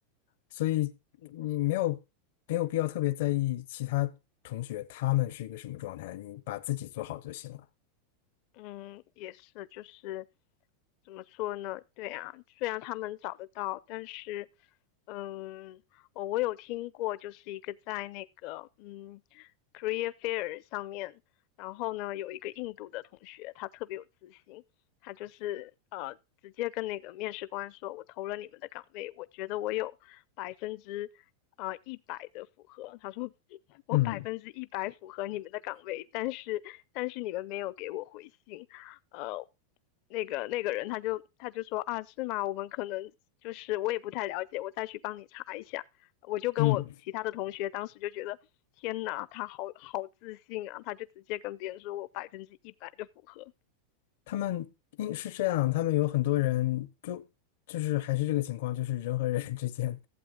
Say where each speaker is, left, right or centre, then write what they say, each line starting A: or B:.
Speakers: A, on the left; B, on the left.
A: 所以你没有没有必要特别在意其他同学他们是一个什么状态，你把自己做好就行了。
B: 嗯，也是，就是怎么说呢？对啊，虽然他们找得到，但是，嗯，我我有听过，就是一个在那个嗯 career fair 上面，然后呢，有一个印度的同学，他特别有自信，他就是呃直接跟那个面试官说，我投了你们的岗位，我觉得我有百分之呃一百的符合。他说我百分之一百符合你们的岗位，
A: 嗯
B: 但是但是你们没有给我回信，呃。那个那个人他就他就说啊是吗？我们可能就是我也不太了解，我再去帮你查一下。我就跟我其他的同学当时就觉得天呐，
A: 嗯。
B: 他好好自信啊！他就直接跟别人说我百分之一百的符合，
A: 他们应是这样，他们有很多人就就是还是这个情况，就是人和人 <laughs> 之间